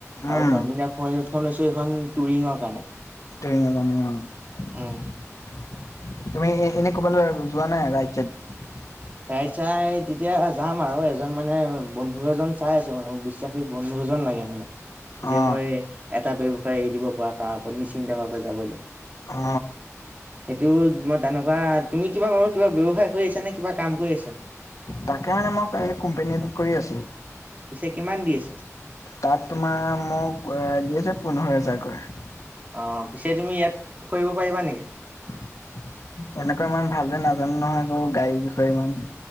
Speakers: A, on the left; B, on the right.
A: উম
B: আৰু দমীনা ফ এইখন লৈছো এইখন টুৰিঙৰ কাৰণে।
A: <unintelligible> ক'ৰবালৈ
B: উম
A: যোৱা নাই ৰাইট-চাইড?
B: ৰাইট চাই তেতিয়া যাম আৰু, এজন মানে বন্ধু এজন চাই আছো মানে বিশ্বাসী বন্ধু এজন লাগে মানে। যে
A: অ
B: মই এটা ব্যৱসায় এৰি দিব পৰা তাৰ ওপৰত নিশ্চিন্ত ভাৱে যাবলে।
A: অ
B: সেইটো মই তেনেকুৱা, তুমি কিবা বাৰু কিবা ব্যৱসায় কৰি আছা নে কিবা কাম কৰি আছা?
A: তাকে মানে মই কাই-কোম্পনীটো কৰি আছো।
B: পিছে কিমান দি আছে
A: তাত তোমাৰ মোক এ দি আছে পোন্ধৰ হোজাৰকৈ।
B: অ পিছে তুমি ইয়াত কৰিব পাৰিবা নেকি?
A: এনেকুৱা ইমান ভালদৰে নাজানো নহয় বাৰু গাডীৰ বিষয়ে ইমান।